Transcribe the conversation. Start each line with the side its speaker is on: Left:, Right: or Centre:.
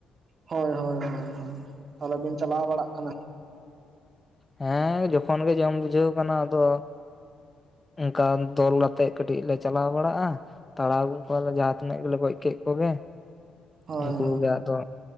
Right: ᱦᱳᱭ ᱦᱳᱭ ᱦᱳᱭ ᱛᱟᱦᱚᱞᱮ ᱵᱤᱱ ᱪᱟᱞᱟᱣ ᱵᱟᱲᱟᱜ ᱠᱟᱱᱟ
Left: ᱦᱮᱸ ᱡᱚᱠᱷᱚᱱ ᱜᱮ ᱡᱚᱢ ᱵᱩᱡᱷᱟᱹᱣ ᱠᱟᱱᱟ ᱟᱫᱚ ᱚᱱᱠᱟ ᱫᱚᱞ ᱟᱛᱮᱜ ᱠᱟᱹᱴᱤᱡ ᱞᱮ ᱪᱟᱞᱟᱣ ᱵᱟᱲᱟᱜᱼᱟ ᱛᱟᱲᱟᱣ ᱜᱚᱜ ᱠᱚᱣᱟᱞᱮ ᱡᱟᱦᱟᱸᱛᱤᱱᱟᱹᱜ ᱜᱮᱞᱮ ᱜᱚᱡ ᱠᱮᱫ ᱠᱚᱜᱮ
Right: ᱦᱳᱭ
Left: ᱩᱱᱠᱩ
Right: ᱦᱳᱭ
Left: ᱜᱮ ᱟᱫᱚ